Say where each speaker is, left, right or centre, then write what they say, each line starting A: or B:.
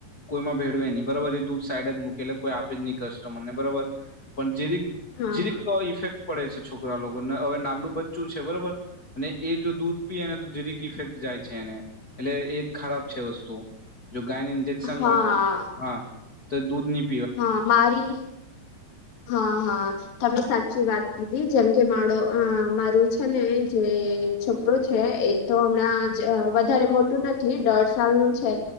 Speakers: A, on the left; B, on the left.
A: કોઈમાં ભેડવે નહી બરોબર એ દેધ સાઈડ જ મુકે દે કોઈ આપે જ નહી કસ્ટમર ને બરોબર, પણ જે રી
B: હા
A: જે રીક
B: હા
A: તો ઇફેક પડે છે. છોકરા લોકો ને હવે નાલું બચ્ચું છે. બરોબર અને એ જો દૂધ પી એને તો જેઝરીક ઇફેક્ટ જાય છે. એને એટલે એ ખરાબ છે. વસ્તુ જો ગાયને ઇન્જેક્શન
B: હા
A: લાગે હા તો દૂધ નની
B: હા મારી હા હા તમે સાચી વાત કીધી, જેમ કે મારો મારી છે. ને જે છોકરો છે. એ તો હમણાં જ વધારે મોટું નથી દોઢ સાલનુંું છે.